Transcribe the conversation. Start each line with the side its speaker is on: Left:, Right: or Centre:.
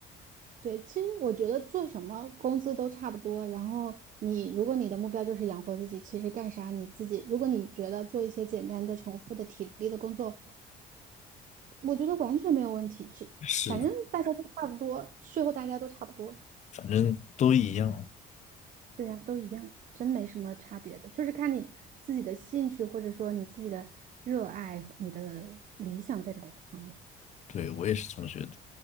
Right: 对，其实我觉得做什么工资都差不多。然后你，如果你的目标就是养活自己，其实干啥你自己，如果你觉得做一些简单的、重复的体力的工作，我觉得完全没有问题。只反正大家都差不多，
Left: 是。
Right: 税后大家都差不多。
Left: 反正都一样。
Right: 对呀，都一样，真没什么差别的，就是看你自己的兴趣，或者说你自己的热爱，你的理想在哪一个方面。
Left: 对，我也是这么觉得。